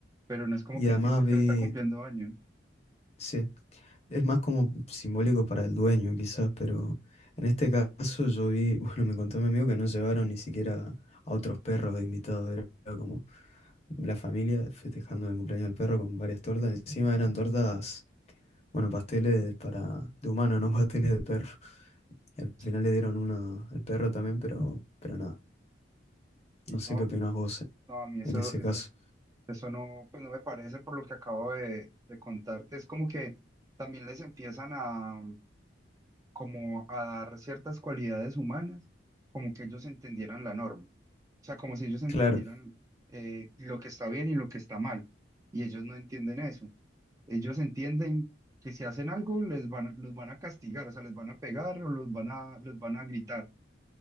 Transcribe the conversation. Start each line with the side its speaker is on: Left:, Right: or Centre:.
Right: pero no es como
Left: Y
Right: que
Left: además
Right: entienda
Left: vi,
Right: que le está cumpliendo años.
Left: sí, es más como simbólico para el dueño quizás, pero en este caso yo vi, <laughs> bueno, me contó mi amigo que no llevaron ni siquiera a otros perros de invitados, era como la familia festejando el cumpleaños del perro con varias tortas, encima eran tortas, bueno, pasteles para de humano, no <laughs> pasteles de perro. Y al
Right: Sí,
Left: final le dieron una al perro también, pero pero nada,
Right: sí,
Left: no
Right: no,
Left: sé qué opinás vos
Right: no, a mí eso,
Left: en ese
Right: eso,
Left: caso.
Right: eso no, pues no me parece por lo que acabo de, de contarte, es como que también les empiezan a, como a dar ciertas cualidades humanas, como que ellos entendieran la norma. O sea, como si ellos entendieran
Left: Claro.
Right: eh, lo que está bien y lo que está mal. Y ellos no entienden eso. Ellos entienden que si hacen algo les van, a- los van a castigar, o sea, les van a pegar o los van a, los van a gritar.